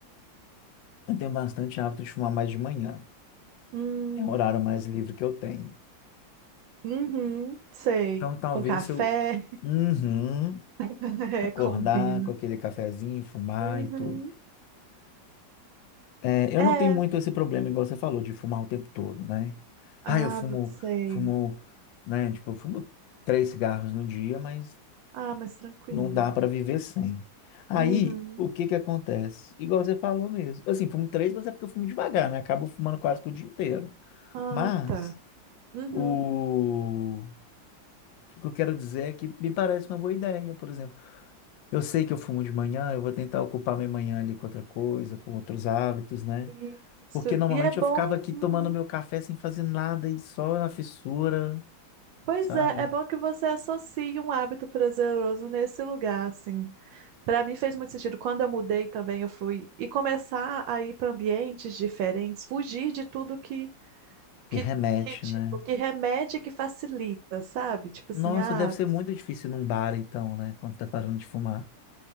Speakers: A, on the left; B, on the right.
A: eu tenho bastante hábito de fumar mais de manhã.
B: hum,
A: que É o horário mais livre que eu tenho.
B: uhum, sei.
A: Então talvez
B: Com café,
A: eu, uhum,
B: <laughs> é,
A: acordar
B: combina.
A: com aquele cafezinho, fumar
B: Uhum,
A: e tudo. É, eu
B: é.
A: não tenho muito esse problema, igual você falou, de fumar o tempo todo, né? Ah,
B: Ah,
A: eu fumo,
B: sei.
A: fumo, né? Tipo, eu fumo três cigarros no dia, mas
B: Ah, mas tranquilo.
A: não dá para viver sem. Aí,
B: Uhum.
A: o que que acontece? Igual você falou mesmo. Assim, fumo três, mas é porque eu fumo devagar, né? Acabo fumando quase que o dia inteiro.
B: Ah,
A: Mas,
B: tá. Uhum.
A: o... o que eu quero dizer é que me parece uma boa ideia, por exemplo. Eu sei que eu fumo de manhã, eu vou tentar ocupar minha manhã ali com outra coisa, com outros hábitos, né?
B: Sim. Isso.
A: Porque normalmente
B: E é bom.
A: eu ficava aqui
B: Uhum.
A: tomando meu café sem fazer nada e só na fissura,
B: Pois
A: sabe?
B: é, é bom que você associe um hábito prazeroso nesse lugar, assim. Para mim fez muito sentido. Quando eu mudei também, eu fui e começar a ir para ambientes diferentes, fugir de tudo que,
A: Que
B: que,
A: remete,
B: que, tipo,
A: né?
B: que remete e que facilita, sabe? Tipo
A: Nossa,
B: assim, ah,
A: deve ser muito difícil ir num bar então, né? Quando tá parando de fumar.